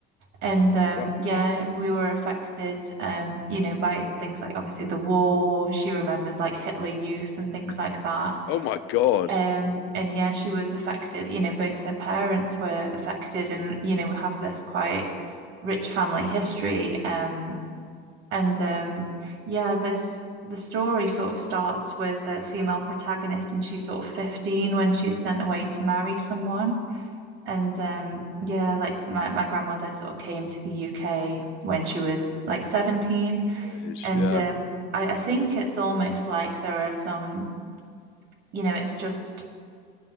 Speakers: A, on the right; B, on the left.
A: And um,
B: Oh wow.
A: yeah, we were affected, um, you know, by things like obviously the war. She remembers like Hitler Youth and things like that
B: Oh my God.
A: um and yeah she was affected you know both her parents were affected and you know we have this quite rich family history um and um yeah this the story sort of starts with a female protagonist and she's sort of 15 when she's sent away to marry someone and
B: It's
A: um yeah like my, my grandmother sort of came to the UK when she was like 17
B: that age.
A: and
B: Yeah.
A: um I, I think it's almost like there are some you know it's just